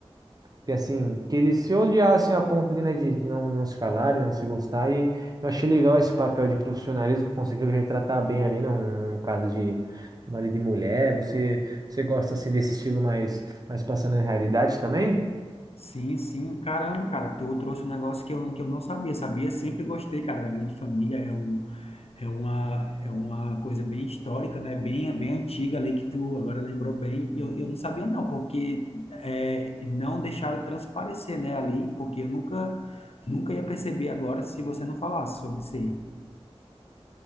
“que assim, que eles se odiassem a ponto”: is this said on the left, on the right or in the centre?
Right